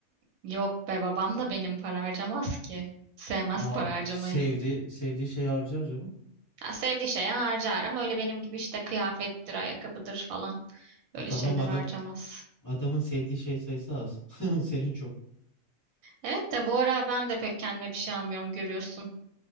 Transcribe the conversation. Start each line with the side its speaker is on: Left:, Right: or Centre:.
Right: Yok be babam da benim para harcamaz ki. Sevmez
Left: Ha
Right: para harcamayı.
Left: sevdi sevdiği şeyi harcar canım.
Right: Ha, sevdiği şeye harcar ama öyle benim gibi işte kıyafettir, ayakkabıdır falan.
Left: Ha,
Right: Öyle
Left: Tamam
Right: şeyler
Left: adam
Right: harcamaz.
Left: adamın sevdiği şey sayısı az. <laughs> Senin çok.
Right: Evet de bu ara ben de pek kendime bir şey almıyorum görüyorsun.